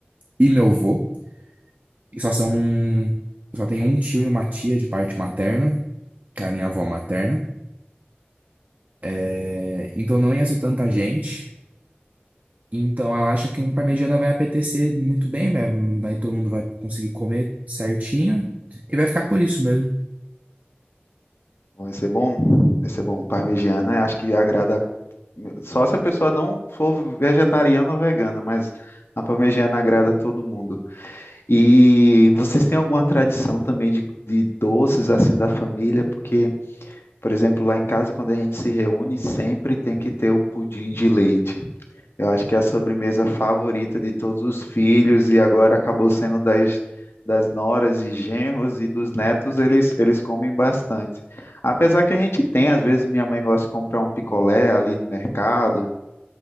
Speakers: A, on the right; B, on the left.
A: e meu avô. E só são. Só tem um tio e uma tia de parte materna, que é a minha avó materna. É, então não ia ser tanta gente. Então ela acha que um pra mediana vai apetecer muito bem, vai, vai- todo mundo vai conseguir comer certinho e vai ficar por isso mesmo.
B: Vai ser bom? Vai ser bom. Parmegiana, acho que agrada. Só se a pessoa não for vegetariana ou vegana, mas a parmegiana agrada a todo mundo. E vocês têm alguma tradição também de, de doces assim da família? Porque Por exemplo, lá em casa, quando a gente se reúne, sempre tem que ter o pudim de leite. Eu acho que é a sobremesa favorita de todos os filhos e agora acabou sendo das, das noras e genros e dos netos, eles, eles comem bastante. Apesar que a gente tem, às vezes minha mãe gosta de comprar um picolé ali no mercado,